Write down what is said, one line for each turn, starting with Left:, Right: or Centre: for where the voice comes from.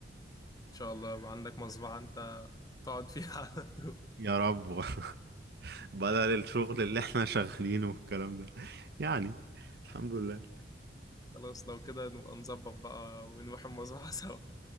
Left: إن شاء الله يبقى عندك مزرعة أنت تقعد فيها <laughs> على طول
Right: يا رب <laughs> بدل الشغل اللي احنا شغالينه والكلام ده يعني الحمد لله
Left: خلاص لو كده نبقى نظبط بقى ونروح المزرعة سوا